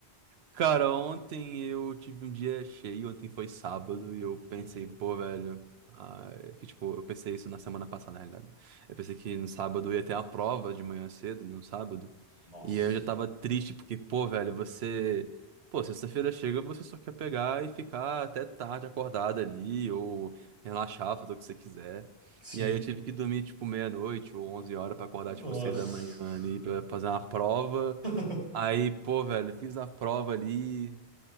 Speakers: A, on the right; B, on the right.
A: Cara, ontem eu tive um dia cheio, ontem foi sábado e eu pensei,
B: Uhum.
A: pô, velho. ah, é que tipo, eu pensei isso na semana passada, na realidade. Eu pensei que no sábado ia ter uma prova de manhã cedo, no sábado.
B: Nossa.
A: E eu já tava triste, porque, pô, velho, você. Pô, sexta-feira chega, você só quer pegar e ficar até tarde acordado ali, ou relaxar, fazer o que você quiser.
B: Sim.
A: E aí eu tive que dormir, tipo, meia-noite ou 11 horas pra acordar, tipo,
B: Nossa.
A: 6 da manhã ali pra fazer uma prova.
B: <laughs>
A: Aí, pô, velho, fiz a prova ali,